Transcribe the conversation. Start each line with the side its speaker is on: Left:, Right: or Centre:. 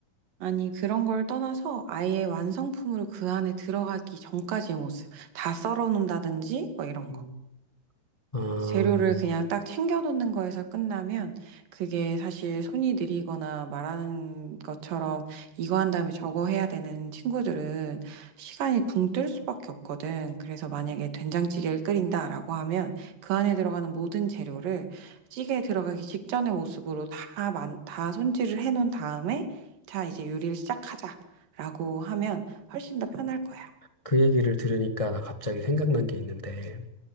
Right: 아니, 그런 걸 떠나서 아예 완성품으로 그 안에 들어가기 전까지의 모습, 다 썰어 놓는다든지, 뭐 이런
Left: 음.
Right: 거.
Left: 어,
Right: 재료를 그냥 딱 챙겨 놓는 거에서 끝나면 그게 사실 손이 느리거나 말하는 것처럼 이거 한 다음에 저거 해야 되는 친구들은 시간이 붕 뜰 수밖에 없거든. 그래서 만약에 된장찌개를 끓인다라고 하면 그 안에 들어가는 모든 재료를 찌개에 들어가기 직전의 모습으로 다, 만, 다 손질을 해 놓은 다음에 자, 이제 요리를 시작하자라고 하면 훨씬 더 편할 거야.
Left: 그 얘기를 들으니까 나 갑자기 생각난 게 있는데